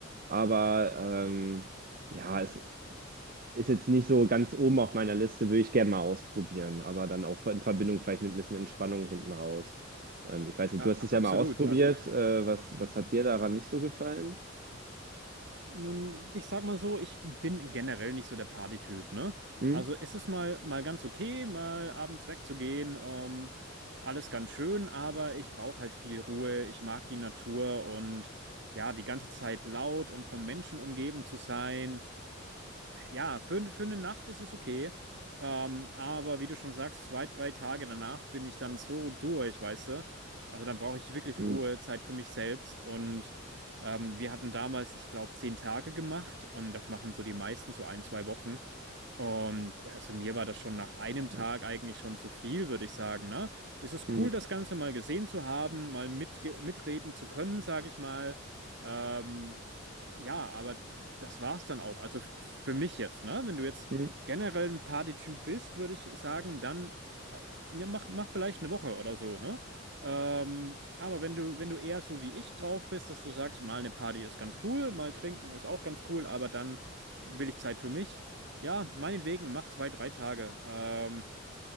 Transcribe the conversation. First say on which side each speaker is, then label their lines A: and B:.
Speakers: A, on the right; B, on the right.
A: aber ähm, ja, es ist jetzt nicht so ganz oben auf meiner Liste, würde ich gerne mal ausprobieren, aber dann auch in Verbindung vielleicht mit ein bisschen Entspannung hinten raus. Ähm, ich weiß nicht,
B: Ja,
A: du hast
B: a-
A: es
B: absolut.
A: ja mal ausprobiert.
B: Also
A: Äh, was, was hat dir daran nicht so gefallen?
B: Nun, ich sag mal so, ich bin generell nicht so der Partytyp, ne?
A: Hm?
B: Also es ist mal, mal ganz okay, mal abends wegzugehen, ähm, alles ganz schön, aber ich brauche halt viel Ruhe, ich mag die Natur und ja, die ganze Zeit laut und von Menschen umgeben zu sein. Ja, für, für eine Nacht ist es okay. Ähm, aber wie du schon sagst, zwei, drei Tage danach bin ich dann so durch, weißt du? Also dann brauche ich wirklich
A: Hm,
B: Ruhe, Zeit für mich selbst. Und ähm, wir hatten damals, ich glaube, zehn Tage gemacht. Und das machen so die meisten, so ein, zwei Wochen. Und ja, also mir war das schon nach einem Tag
A: hm,
B: eigentlich schon zu viel, würde ich sagen, ne? Es ist
A: hm,
B: cool, das Ganze mal gesehen zu haben, mal mitge- mitreden zu können, sage ich mal. Ähm, ja, aber das war's dann auch. Also f- für mich jetzt, ne? Wenn du jetzt
A: hm,
B: generell ein Partytyp bist, würde ich sagen, dann äh, ja, mach, mach vielleicht eine Woche oder so, ne? Ähm, aber wenn du, wenn du eher so wie ich drauf bist, dass du sagst, mal eine Party ist ganz cool, mal trinken ist auch ganz cool, aber dann will ich Zeit für mich ja, meinetwegen, mach zwei, drei Tage. Ähm,